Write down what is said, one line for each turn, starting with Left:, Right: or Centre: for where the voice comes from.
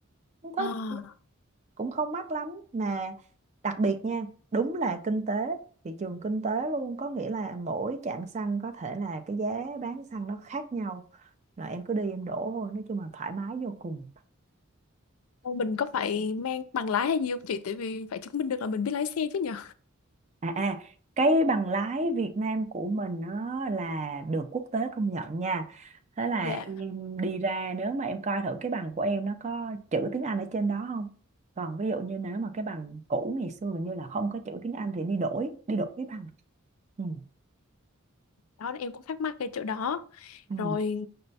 Right: không thích
Left: à.
Right: cũng không mắc lắm mà đặc biệt nha đúng là kinh tế thị trường kinh tế luôn có nghĩa là mỗi trạm xăng có thể là cái giá bán xăng nó khác nhau rồi em cứ đi em đổ thôi nói chung là thoải mái vô cùng
Left: Ô, Mình có phải mang bằng lái hay gì không chị? Tại vì phải chứng minh được là mình biết lái xe chứ nhở?
Right: À, à cái bằng lái Việt Nam của mình nó là được quốc tế công nhận nha. Thế là
Left: Dạ.
Right: em đi ra nếu mà em coi thử cái bằng của em nó có chữ tiếng Anh ở trên đó không? Còn ví dụ như nếu mà cái bằng cũ ngày xưa hình như là không có chữ tiếng Anh thì đi đổi, đi đổi cái bằng. Ừ.
Left: Đó em cũng thắc mắc cái chỗ đó.
Right: ừ.
Left: Rồi